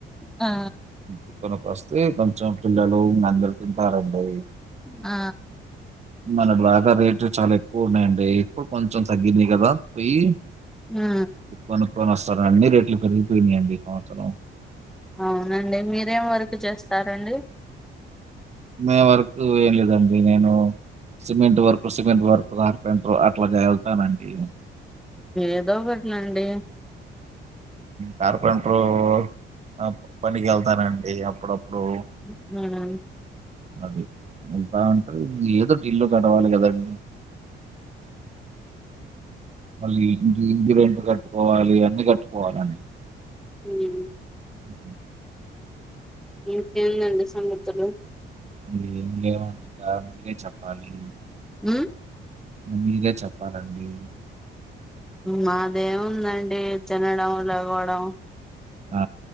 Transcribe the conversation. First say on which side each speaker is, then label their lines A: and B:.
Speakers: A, in the centre; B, on the right (about 35°).
A: ఆ.
B: ఇ కొనక వస్తే కొంచెం పిల్లలు అందరు తింటారండి.
A: ఆ.
B: మన బాగా రేట్ చాలా ఎక్కువ ఉన్నాయండి ఎప్పుడు కొంచెం తగ్గింది కదా పోయి.
A: ఆ.
B: కొనుక్కొని వస్తారండి అన్ని రేట్లు పెరిగిపోయినాయియండి ఈ సంవత్సరం.
A: అవునండి మీరేం వర్క్ చేస్తారండి.
B: మే వర్క్ ఏం లేదండి నేను cement work cement work carpenter అట్లా చేయగలుతానండి <unintelligible>
A: ఏదో ఒకటిలండి <unintelligible>
B: కార్పెంటరు అ పనికి వెళ్తనండి అప్పుడప్పుడు
A: అ <unintelligible>
B: అదే వెళ్తా ఉంటది, ఏదో ఇల్లు గడవాలి కదండి మళ్ళీ ఇ ఇంటిరెంట్ కట్టుకోవాలి అన్నీ కట్టుకోవాలండి
A: హ <unintelligible>
B: ఉ <inaudible>
A: ఇంకేంటి అండి సంగతులు <unintelligible>
B: ఏం లేవండి ఇక మీరే చెప్పాలి
A: ఉ
B: మీరే చెప్పాలండి
A: మాదేముందండి తినడం లెగవడం
B: ఆ